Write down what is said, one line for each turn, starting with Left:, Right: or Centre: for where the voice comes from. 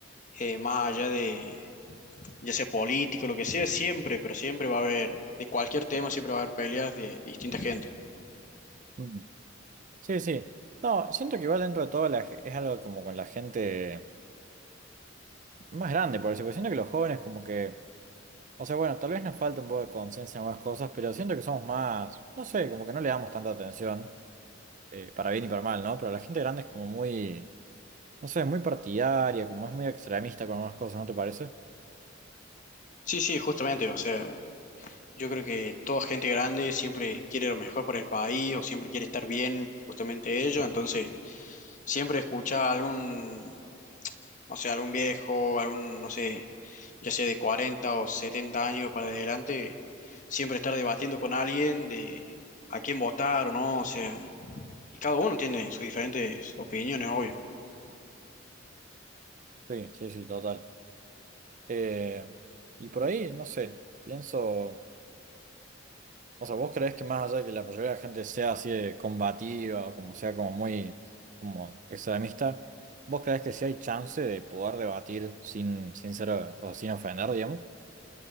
Left: eh, más allá de, ya sea político, lo que sea, siempre, pero siempre va a haber, de cualquier tema, siempre va a haber peleas de, de distinta gente.
Right: Mm. Sí, sí. No, siento que igual dentro de todo la ge- es algo como con la gente más grande, por eso, porque siento que los jóvenes como que, o sea, bueno, tal vez nos falta un poco de conciencia en algunas cosas, pero siento que somos más, no sé, como que no le damos tanta atención, eh, para bien y para mal, ¿no? Pero la gente grande es como muy... No sé, es muy partidaria, como es muy extremista con algunas cosas, ¿no te parece?
Left: Sí, sí, justamente, o sea, Yo creo que toda gente grande siempre quiere lo mejor para el país o siempre quiere estar bien, justamente ellos. Entonces, siempre escucha a algún, o sea, algún viejo, algún, no sé, ya sea de 40 o 70 años para adelante, siempre estar debatiendo con alguien de a quién votar o no. O sea, y cada uno tiene sus diferentes opiniones, obvio.
Right: Sí, sí, sí, total. Eh, y por ahí, no sé, pienso, o sea, ¿vos creés que más allá de que la mayoría de la gente sea así de combativa o como sea como muy como extremista, ¿vos creés que sí hay chance de poder debatir sin, sin ser, o sea, sin ofender, digamos?